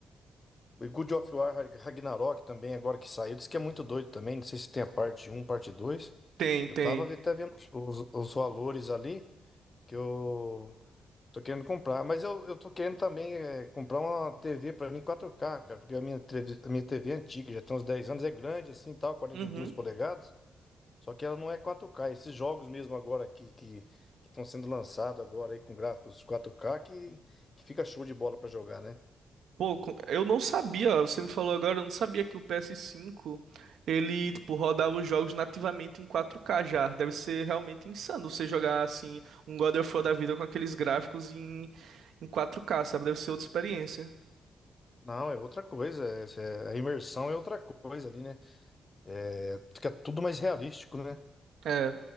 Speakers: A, on the left; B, on the right.
A: O God of War Ragnarok também, agora que saiu, diz que é muito doido também. Não sei se tem a parte um, parte 2.
B: Tem,
A: Eu
B: tem.
A: tava ve- até vendo os, os- os valores ali que eu tô querendo comprar. Mas eu, eu tô querendo também eh, comprar uma TV pra mim 4K, cara, porque a minha, TV a minha TV é antiga, já tem uns 10 anos, é grande assim tal, 42
B: Uhum.
A: polegadas. Só que ela não é 4K. Esses jogos mesmo agora que que estão sendo lançados agora aí com gráficos 4K que, que fica show de bola pra jogar, né?
B: Pô, co- eu não sabia, ó, você me falou agora, eu não sabia que o PS5 ele, tipo, rodava os jogos nativamente em 4K já. Deve ser realmente insano você jogar assim um God of War da vida com aqueles gráficos em, em 4K, sabe? Deve ser outra experiência.
A: Não, é outra coisa. é- é- a imersão é outra coisa ali, né? É, fica tudo mais realístico, né?
B: É,